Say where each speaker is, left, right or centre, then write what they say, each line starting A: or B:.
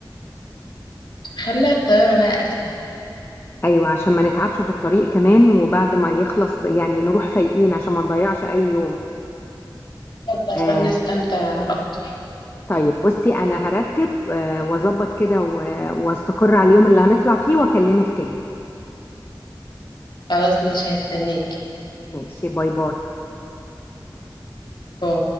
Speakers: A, on the left; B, on the left.
A: خلي الطيارة بقى أسهل
B: ايوه عشان ما نتعبش في الطريق كمان وبعد ما يخلص يعني نروح فايقين عشان ما نضيعش اي يوم
A: عشان
B: آه
A: نستمتع أكتر
B: طيب بصي انا هرتب آه واظبط كده و- واستقر على اليوم اللي هنطلع فيه واكلمك تاني
A: خلاص ماشي هستناكي
B: ماشي باي باي
A: باي